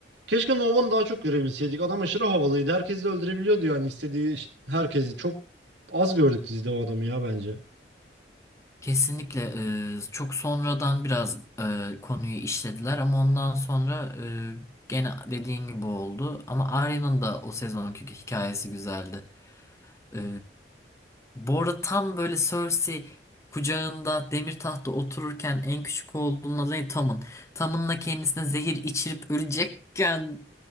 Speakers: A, on the right; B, on the left.
A: Keşke Nova'nı daha çok görebilseydik. Adam aşırı havalıydı. Herkesi de öldürebiliyordu yani istediği ş- herkesi. Çok az gördük dizide o adamı ya bence.
B: Kesinlikle e, çok sonradan biraz e, konuyu işlediler ama ondan sonra e, gene dediğin gibi oldu. Ama Arya'nın da o sezonki hikayesi güzeldi. E, bu arada tam böyle Cersei kucağında demir tahtta otururken en küçük oğlunun adı ne? Tom'un. Tom'unla kendisine zehir içirip ölecekken